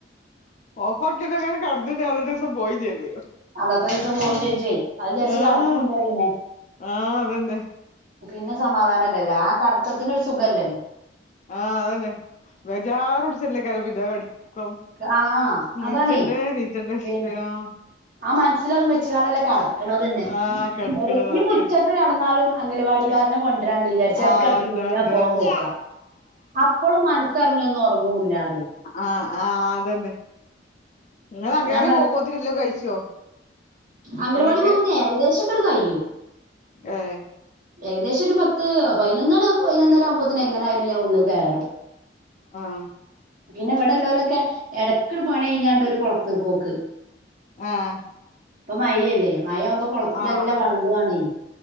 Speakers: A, on the left (about 40°); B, on the right (about 50°).
A: ഓഫാക്കീറ്റെങ്ങാനും കട് <unintelligible> അന്നത്തീസം പോയി ചെയ്ത്
B: അന്നത്തെ ദിവസം പോവും
A: ഉം
B: ചെജ്ജുവേ അത് വിചാരിച്ച്
A: ആഹ്
B: കടക്കൂല്ല പിന്നെ
A: ആഹ് അതെന്നെ
B: പിന്നെ സമാധാനല്ലല്ല ആ കടത്തത്തിനൊരു സുഖല്ലേ
A: ആഹ് അതന്നെ വേജാറ് പിടിച്ചല്ലേ <unintelligible> പിന്നെ കട് ക്രൊ
B: ആ ആ
A: നീചണ്ടേ
B: അതാണേ
A: നീചണ്ട <unintelligible>
B: പിൻ ആ മൻസ്സിലത് വെച്ച്ങ്ങാണ്ടല്ലേ കടക്കണതന്നെ
A: ആഹ് കെടക്കണതാണ്
B: ഓര് നിപ്പോ ഉച്ചക്ക് കട്ന്നാലും അംഗലവാടി ക്കാര്നെ കൊണ്ടരാണ്ട് വിചാരിച്ച
A: ആഹ്
B: എടക്കെടക്ക്ങ്ങനെ
A: ഇണ്ടാണ്ട്
B: ഫോണ്
A: ആഹ്
B: നോക്ക അപ്പളും മൻ സറിഞ്ഞൊന്നു ഉറങ്ങൂല്ലാതെ
A: ആഹ് ആഹ് അതന്നെ ഇങ്ങള് അഗവാടി
B: ഞാൻ
A: പോവുപോത്തിന് എല്ലൊം കഴിച്ചോ
B: അംഗൽവാടി
A: പണിയൊക്കെ
B: പോകുമ്ന്നെ ഏകദേശൊക്കണ് കഴിയും
A: ഏഹ്
B: ഏകദേശൊര് പത്ത് പതിനൊന്നണി പതിനൊന്നര ആകുമ്പോത്തിന് എങ്ങനായാലും ഞാൻ ഉള്ള് കെറും
A: ആഹ്
B: പിന്നെ ഇവടെല്ലോലൊക്കെ എടക്ക്ണ് പണി കഴിഞ്ഞാണ്ടൊര് കൊളത്ത് പോക്ക്
A: ആഹ്
B: ഇപ്പ മയല്ലേ മഴ ആമ്പോ കൊളത്തിലെല്ലാം
A: ആഹ്
B: വള്ളോഅണെയ്